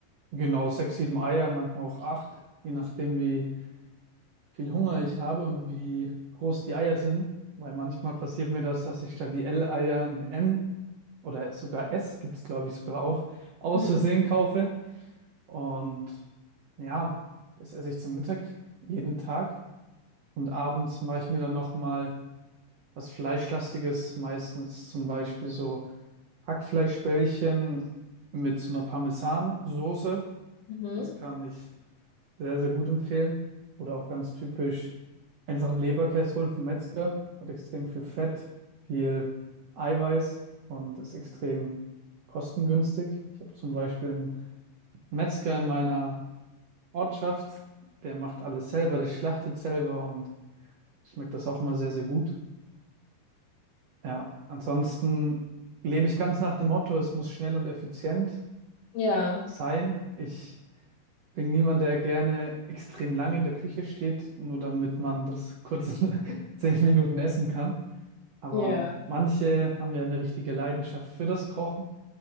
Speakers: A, on the right (about 60°); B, on the left (about 65°).
A: genau sechs, sieben Eier, manchmal auch acht, je nachdem wie viel Hunger ich habe und wie groß die Eier sind, weil manchmal passiert mir das, dass ich statt die L-Eier ein M oder sogar S, gibt es glaube ich sogar auch, aus
B: Mhm.
A: Versehen kaufe. Und ja, das esse ich zum Mittag jeden Tag. Und abends mache ich mir dann nochmal was Fleischlastiges, meistens zum Beispiel so Hackfleischbällchen mit so einer Parmesansoße.
B: Mhm.
A: Das kann ich sehr, sehr gut empfehlen. Oder auch ganz typisch einfach einen Leberkäse holen vom Metzger. Hat extrem viel Fett, viel Eiweiß und ist extrem kostengünstig. Ich habe zum Beispiel einen Metzger in meiner Ortschaft, der macht alles selber, der schlachtet selber und schmeckt das auch immer sehr, sehr gut. Ja, ansonsten lebe ich ganz nach dem Motto, es muss schnell und effizient
B: Ja,
A: sein. Ich bin niemand, der gerne extrem lange in der Küche steht, nur damit man das kurz in <laughs> zehn Minuten essen kann. Aber
B: ja,
A: manche haben ja eine richtige Leidenschaft für das Kochen.